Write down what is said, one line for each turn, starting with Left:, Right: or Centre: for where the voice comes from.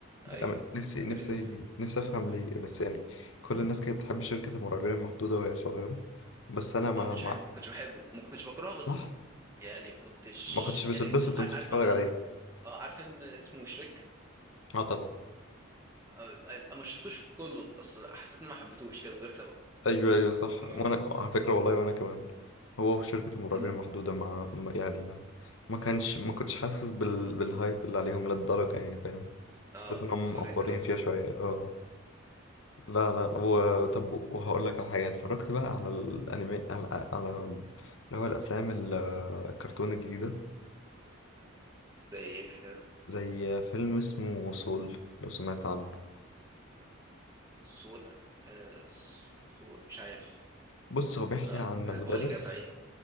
Right: ايوه
Left: أنا نفسي
Right: ده
Left: نفسي
Right: كده كده
Left: نفسي أفهم ليه بس يعني كل الناس كانت بتحب شركة المرعبين المحدودة وهي صغيرة بس أنا ما
Right: انا ما كنتش
Left: ما
Right: احب ما كنتش بحبه ما كنتش بكرهه
Left: صح
Right: بس ما كنت يعني ما كنتش
Left: ما كنتش بتتبسط
Right: يعني ع-
Left: وأنت
Right: عارف
Left: بتتفرج
Right: مثلا
Left: عليه
Right: آه، عارف فيلم اسمه مشرك
Left: أه طبعا
Right: آه، آه، ما شفتوش كله بس حسيت اني ما حبيتهوش كده من غير سبب
Left: أيوه أيوه صح
Right: م-
Left: وأنا على فكرة والله وأنا كمان هو شركة المرعبين
Right: م-
Left: المحدودة
Right: <laughs>
Left: ما ما- يعني ما ما كانش ما كنتش حاسس بال... بالهايب اللي عليهم للدرجة يعني فاهم
Right: اه
Left: حسيت إنهم
Right: اوفر
Left: مقفرين
Right: ريتد اوي
Left: فيها شوية أه لا لا و... طب وهقول لك على حاجة اتفرجت بقى على الأنمي على, على اللي هو الأفلام ال- الكرتون الجديدة
Right: زي ايه كده
Left: زي فيلم اسمه سول لو سمعت عنه
Right: سودا آه سودا مش عارف
Left: بص هو بيحكي
Right: لا
Left: عن مدرس
Right: قول لي كده بتاع ايه